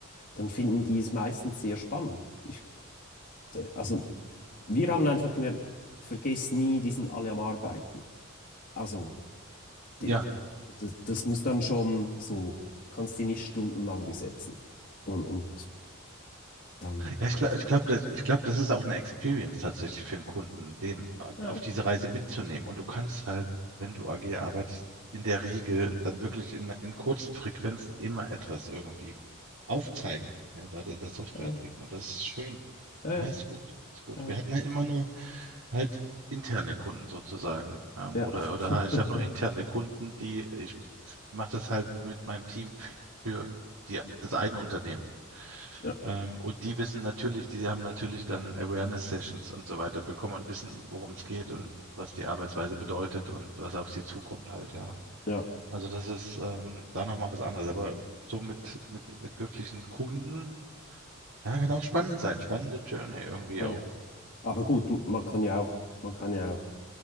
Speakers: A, on the left; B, on the right.
A: dann finden die es meistens sehr spannend. Ich, also wir haben einfach gemerkt, vergiss nie, die sind alle am Arbeiten. Also
B: ja.
A: die, das, das muss dann schon so, kannst die nicht stundenlang besetzen. Und, und dann, dann
B: Ja, ich
A: war
B: glaube,
A: das.
B: ich glaub, das, ich glaub, das ist auch eine Experience tatsächlich für einen Kunden, den äh,
A: Ja,
B: auf diese Reise mitzunehmen. Und du kannst halt, wenn du agil arbeitest, in der Regel dann wirklich in, in kurzen Frequenzen immer etwas irgendwie aufzeigen, ja, gerade in der Softwareentwicklung.
A: ja,
B: Und das ist schön.
A: ja, ja.
B: Ja, ist gut, ist gut.
A: Ja.
B: Wir hatten halt immer nur halt interne Kunden sozusagen. Ähm,
A: Ja.
B: oder,
A: <laughs>
B: oder ich habe nur interne Kunden, die ich mache das halt mit meinem Team für die, das eigene Unternehmen.
A: Ja.
B: Ähm, und die wissen natürlich, die haben natürlich dann Awareness-Sessions und so weiter bekommen und wissen, worum es geht und was die Arbeitsweise bedeutet und was auf sie zukommt halt, ja.
A: ja.
B: Also das ist ähm, da nochmal was anderes. Aber so mit, mit, mit wirklichen Kunden, ja, kann auch spannend sein. Spannende Journey irgendwie
A: Ja.
B: auch.
A: Aber gut, m- man kann ja auch, man kann ja auch